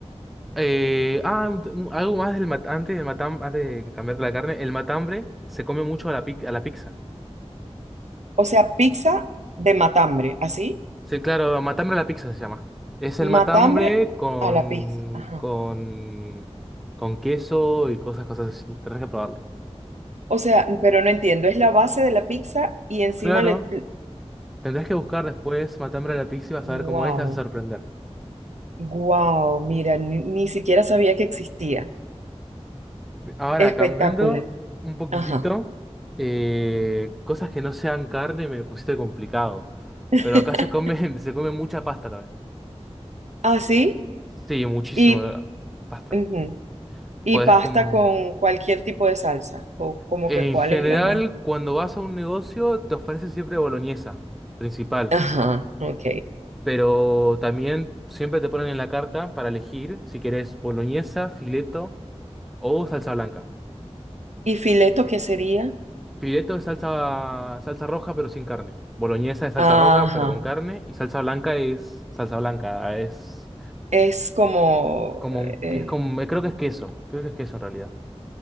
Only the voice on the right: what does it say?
O sea, pizza de matambre, así.
Matambre
a la pizza. Ajá.
O sea, pero no entiendo. Es la base de la pizza y encima
le...
wow,
wow. Mira, ni, ni siquiera sabía que existía.
Espectacular.
Ajá.
<laughs>
Así
y,
ujú, y
pasta
con cualquier tipo de salsa. O como
que cuál
es la más.
Ajá, ok.
¿Y fileto qué sería?
Ajá.
Es como...
eh,